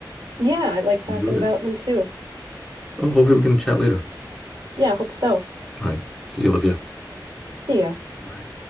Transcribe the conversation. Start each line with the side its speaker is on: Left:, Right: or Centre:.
Right: Yeah, I like talking
Centre: Enjoyed
Right: about
Centre: it.
Right: them too.
Centre: Oh, hopefully we can chat later.
Right: Yeah, I hope so.
Centre: All right. See you, Olivia.
Right: See ya.
Centre: Bye.